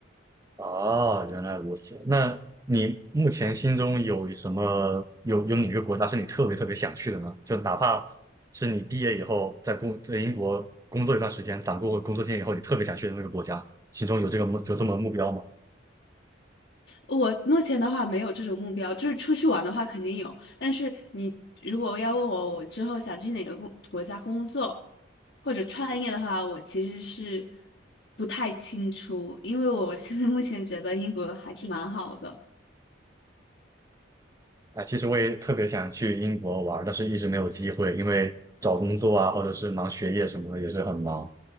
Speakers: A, on the right; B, on the left.
A: 哦，原来如此。那你目前心中有什么，有有哪个国家是你特别特别想去的呢？就哪怕是你毕业以后在工在英国工作一段时间，攒够工作经验以后，你特别想去的那个国家，心中有这个目有这么目标吗？
B: 我目前的话没有这种目标，就是出去玩的话肯定有，但是你如果要问我我之后想去哪个工国家工作或者创业的话，我其实是不太清楚，因为我现在目前觉得英国还是蛮好的。
A: 啊，其实我也特别想去英国玩儿但是一直没有机会，因为找工作啊，或者是忙学业什么的也是很忙。